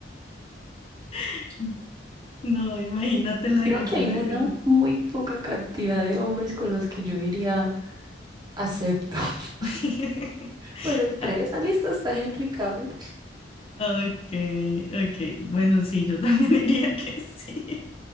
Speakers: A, on the left; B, on the right.
A: <laughs> No, imagínate la
B: Creo
A: directora
B: que hay una
A: de...
B: muy poca cantidad de hombres con los que yo diría acepto. <laughs>
A: <laughs>
B: Pero entre
A: Ah,
B: esa lista está Henry Cavill.
A: Ok, ok. Bueno, sí, yo también <laughs> diría que sí.